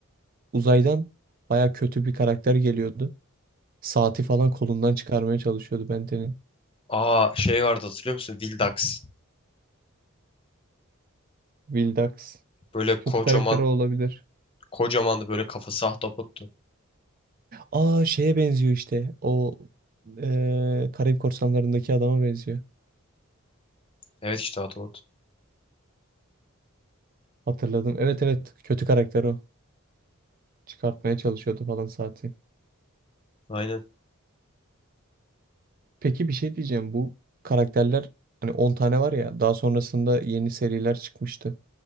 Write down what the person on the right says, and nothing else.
uzaydan baya kötü bir karakter geliyordu. Saati falan kolundan çıkarmaya çalışıyordu Benten'in.
Vildax.
Kötü karakter olabilir.
Aa şeye benziyor işte. O eee Karayip Korsanları'ndaki adama benziyor.
Hatırladım. Evet evet. Kötü karakter o. Çıkartmaya çalışıyordu falan saati.
Peki bir şey diyeceğim. Bu karakterler hani 10 tane var ya. Daha sonrasında yeni seriler çıkmıştı.